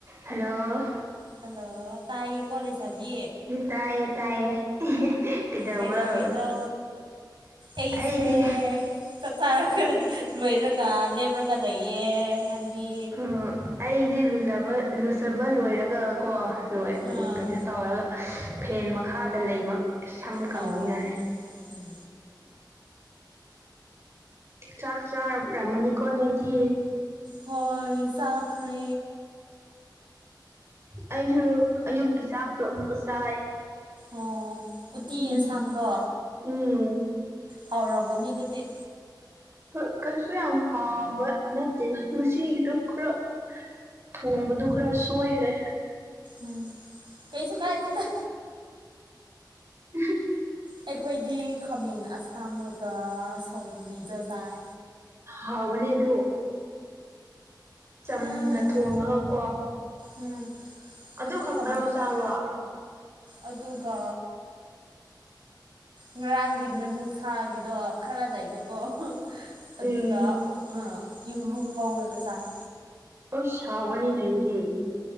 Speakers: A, on the right (about 35°); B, on the right (about 85°).
A: hello
B: hello ꯇꯥꯏꯌꯦꯀꯣ ꯂꯩꯁꯕꯤ
A: ꯇꯥꯏꯌꯦ ꯇꯥꯏꯌꯦ ꯀꯩꯗꯧꯕ꯭ꯔꯣ
B: ꯀꯩꯗꯧꯔꯤꯅꯣ ꯑꯩꯁꯦ
A: ꯑꯩꯗꯤ
B: ꯆꯥꯛꯆꯥꯔꯒ ꯂꯣꯏꯔꯒ ꯂꯦꯞꯔꯒ ꯂꯩꯌꯦ ꯅꯪꯗꯤ
A: ꯑꯣ ꯑꯩꯗꯤ ꯂꯨꯖꯕ ꯂꯨꯖꯕ ꯂꯣꯏꯔꯒ ꯀꯣ ꯂꯣꯏ ꯎꯝ
B: ꯑꯥ
A: ꯀꯩꯅꯣ ꯇꯧꯔꯒ ꯐꯦꯟ ꯃꯈꯥꯗ ꯂꯩꯕ ꯁꯝ ꯀꯪꯅꯤꯡꯉꯥꯏ
B: ꯑꯣ ꯎꯝ
A: ꯆꯥꯛ ꯆꯥꯔꯔꯝꯃꯅꯤꯀꯣ ꯅꯣꯏꯗꯤ
B: ꯍꯣꯏ ꯆꯥꯈ꯭ꯔꯦ
A: ꯑꯣ ꯑꯩꯁꯨ ꯑꯌꯨꯛꯀꯤ ꯆꯥꯛꯇꯣ ꯑꯃꯨꯛꯀ ꯆꯥꯏ
B: ꯑ ꯎꯇꯤ
A: ꯎꯝ
B: ꯌꯦꯟꯁꯥꯡꯗꯣ
A: ꯎꯝ
B: ꯍꯥꯎꯔꯝꯒꯅꯤ ꯑꯗꯨꯗꯤ
A: ꯍꯣꯏ ꯀꯩꯁꯨ ꯌꯥꯝ ꯍꯥꯎꯕ ꯅꯠꯇꯦꯗ ꯉꯁꯤꯒꯤꯗꯣ ꯈꯔ ꯊꯣꯡꯕꯗꯨ ꯈꯔ ꯁꯣꯏꯈ꯭ꯔꯦ
B: ꯎꯝ ꯀꯩꯁꯨ ꯀꯥꯏꯗꯦꯗ
A: <unintelligible>
B: ꯑꯩꯈꯣꯏꯗꯤ ꯈꯥꯃꯦꯟ ꯑꯁꯥꯡꯕꯒ ꯁꯧꯒ꯭ꯔꯤꯒ ꯆꯥꯏ
A: ꯍꯥꯎꯕꯅꯦ ꯑꯗꯨ ꯆꯝꯅ
B: ꯎꯝ
A: ꯊꯣꯡꯉꯒꯀꯣ
B: ꯎꯝ
A: ꯑꯗꯨ ꯈꯛꯇꯔꯣ
B: ꯆꯝꯊꯣꯡ
A: ꯆꯥꯕ
B: ꯑꯗꯨꯒ ꯉꯔꯥꯡꯒꯤ ꯉꯥꯅꯨ ꯁꯥꯒꯤꯗꯣ ꯈꯔ ꯂꯩꯕꯀꯣ ꯑꯗꯨꯒ
A: ꯎꯝ
B: ꯑ ꯌꯦꯡꯂꯨꯝ ꯉꯧꯔꯒ ꯆꯥꯏ
A: ꯑꯁ ꯍꯥꯎꯒꯅꯤꯅꯦ ꯑꯗꯨꯗꯤ